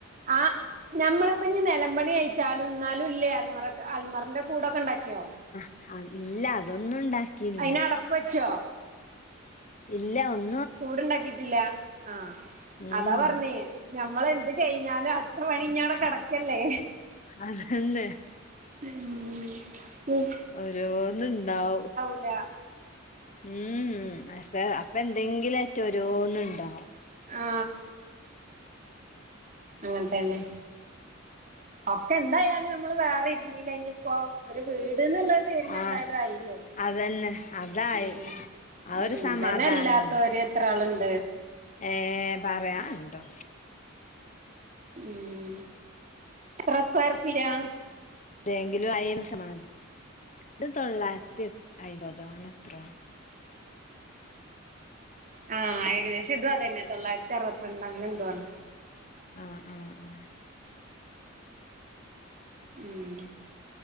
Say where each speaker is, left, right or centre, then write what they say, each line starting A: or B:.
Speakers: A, on the right; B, on the left.
A: ആ ഞമ്മളിപ്പഞ്ഞി നിലമ്പണി കയിഞ്ഞ ച്ചാലുംന്നാലും ഇല്ലേ അൽമറ അൽമറന്റെ കൂടൊക്കെയിണ്ടാക്കിയോ?
B: അ ഇല്ല അതൊന്നും ഉണ്ടാക്കിയില്ല
A: അയിന് അടപ്പ് വെച്ചോ
B: ഇല്ല ഒന്ന
A: കൂടുണ്ടാക്കിട്ടില്ല ആ
B: ഉം
A: അതാ പറഞ്ഞേ ഞമ്മള എന്ത് കഴിഞ്ഞാലും അടുത്ത പണി ഞ്ഞാടെ കിടക്കല്ലേ?
B: അതന്നെ
A: ഉം
B: ഓരോന്ന്ണ്ടാവും
A: ല്ലാ
B: ഉം അപ്പ അപ്പ എന്തെങ്കിലും ആയിറ്റ് ഓരോന്നുണ്ടാവും
A: ആ അങ്ങനത്തന്നെ ഒക്കെ എന്തായാലും നമ്മള് വേറെ ഇരുന്നിലെനിപ്പോ ഒരു വീട്ന്നുള്ള പിന്നെന്തായാലും
B: ആഹ്
A: ആയില്ലേ
B: അതന്നെ അതായി
A: അഹ്
B: ആ ഒരു
A: ഉം
B: സമാധാനാണ്
A: ഇതന്നെ അല്ലാത്തൊരു എത്ര ആള്ണ്ട്?
B: ഏ പറയാനിണ്ടോ?
A: ഉം എത്ര സ്ക്വയർഫീറ്റാ?
B: ബെങ്കിലും ആയാലും സമാധാന ഇത് തൊള്ളായിരത്തി അയിമ്പതൊ അങ്ങനെ എത്രോ ആണ്
A: ആ ഏകദേശം ഇതും അതന്നെയാണ് തൊള്ളായിരത്തി അറുപത്തിരണ്ട് അങ്ങനെന്തോ ആണ്.
B: ആ ആ ആ
A: ഉം